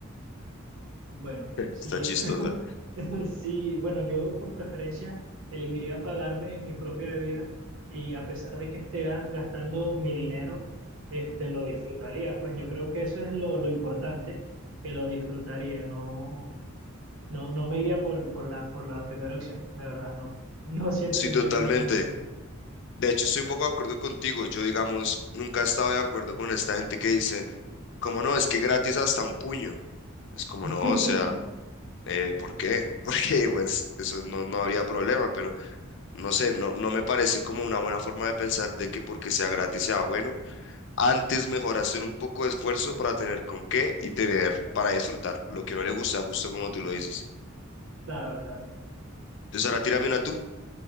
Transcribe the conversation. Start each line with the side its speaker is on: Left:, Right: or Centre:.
Right: Bueno, sí,
Left: Está chistosa.
Right: <laughs> sí, bueno, yo por preferencia elegiría pagarme mi propia bebida y a pesar de que esté ga- gastando mi dinero, este, lo disfrutaría. Pues yo creo que eso es lo, lo importante, que lo disfrutaría. No, no, no me iría por, por la, por la primera opción, la verdad, no. No siento
Left: Sí,
Right: que
Left: totalmente.
Right: me iría por la primera opción.
Left: De hecho, estoy poco de acuerdo contigo. Yo, digamos, nunca he estado de acuerdo con esta gente que dice, como no, es que gratis hasta un puño. Es como
Right: <laughs>
Left: no, o sea, eh, ¿por qué? <laughs> Porque pues eso no, no habría problema, pero no sé, no, no me parece como una buena forma de pensar de que porque sea gratis sea bueno Antes mejor hacer un poco de esfuerzo para tener con qué y tener para disfrutar lo que no le gusta, justo como tú lo dices.
Right: Claro, claro.
Left: Entonces ahora tírame una tú.